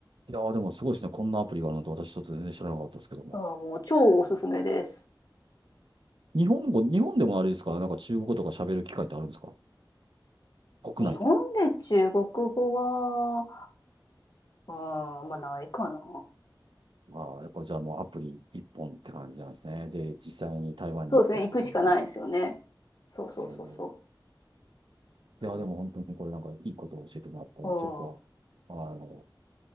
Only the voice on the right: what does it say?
いやーでもすごいですね。こんなアプリがあるのと私ちょっと全然知らなかったですけども。
日本語、日本でもあれですかなんか中国語とか喋る機会ってあるんですか国内で。
ああ、やっぱじゃあもうアプリ一本って感じなんですね。で、実際に台湾に行ってってことですね。
えー
いや、でも本当にこれなんかいいことを教えてもらったんで、
ちょっと、あの、